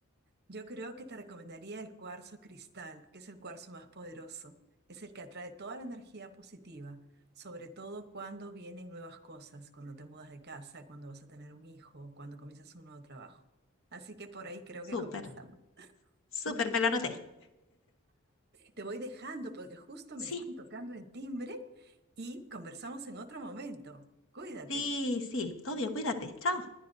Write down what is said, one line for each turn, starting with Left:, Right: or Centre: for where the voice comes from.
Right: Yo creo que te recomendaría el cuarzo cristal, que es el cuarzo más poderoso. Es el que atrae toda la energía positiva, sobre todo cuando vienen nuevas cosas, cuando te mudas de casa, cuando vas a tener un hijo, cuando comienzas un nuevo trabajo. Así que por ahí creo
Left: Súper,
Right: que comenzamos.
Left: súper,
Right: Uy,
Left: me la anoté.
Right: te voy dejando porque justo
Left: Sí,
Right: me están tocando el timbre y conversamos en otro momento. Cuídate.
Left: sí, sí, obvio, cuídate. Chao.